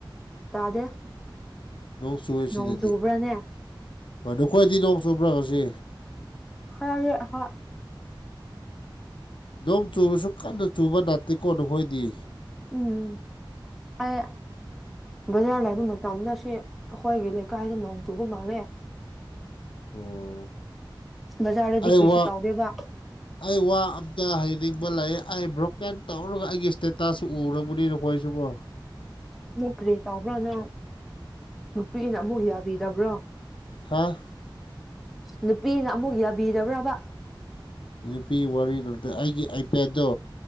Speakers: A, in the centre; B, on the left (about 70°).
A: ꯇꯥꯗꯦ
B: ꯅꯣꯡ ꯆꯨꯏꯦ ꯁꯤꯗꯗꯤ
A: ꯅꯣꯡ ꯆꯨꯕ꯭ꯔꯥꯅꯦ
B: ꯍꯣꯏ ꯅꯈꯣꯏꯗꯤ ꯅꯣꯡ ꯆꯨꯕ꯭ꯔꯥ ꯉꯁꯤ
A: ꯈꯔꯑ ꯍꯣꯏ <unintelligible>
B: ꯅꯣꯡ ꯆꯨꯔꯨꯁꯨ ꯀꯟꯅ ꯆꯨꯕ ꯅꯠꯇꯦꯀꯣ ꯅꯈꯣꯏꯗꯤ
A: ꯎꯝ ꯑ <unintelligible> ꯕꯖꯥꯔ ꯂꯩꯕ ꯃꯇꯝꯗ ꯁꯤ ꯑꯩꯈꯣꯏꯒꯤ ꯂꯩꯀꯥꯏꯗ ꯅꯣꯡ ꯆꯨꯕ ꯃꯥꯜꯂꯦ
B: ꯑꯣ
A: ꯕꯖꯥꯔꯗ ꯗꯤ
B: ꯑꯩ
A: ꯀ꯭ꯔꯤꯁꯨ
B: ꯋꯥ
A: ꯇꯥꯎꯗꯦꯕ
B: ꯑꯩ ꯋꯥ ꯑꯝꯇ ꯍꯥꯏꯩꯅꯤꯡꯕ ꯂ ꯑꯩ ꯕ꯭ꯔꯣꯀꯦꯟ ꯇꯧꯔꯒ ꯑꯩꯒꯤ ꯏꯁꯇꯦꯇꯥꯁ ꯁ ꯎꯔꯕꯗꯤꯗꯈꯣꯏꯁꯨ ꯀꯣ <unintelligible>
A: ꯑꯃꯨꯛ ꯀ꯭ꯔꯦ ꯇꯥꯎꯕ꯭ꯔꯥꯅꯪ ꯅꯨꯄꯤꯅ ꯑꯃꯨꯛ ꯌꯥꯕꯤꯗꯕ꯭ꯔꯣ
B: ꯍꯥꯥ
A: ꯅꯨꯄꯤꯅ ꯑꯃꯨꯛ ꯌꯥꯕꯤꯔꯕ꯭ꯔꯕ
B: ꯅꯨꯄꯤ ꯋꯥꯔꯤ ꯅꯠꯇ ꯑꯩꯒꯤ ꯑꯥꯏꯄꯦꯠꯇꯣ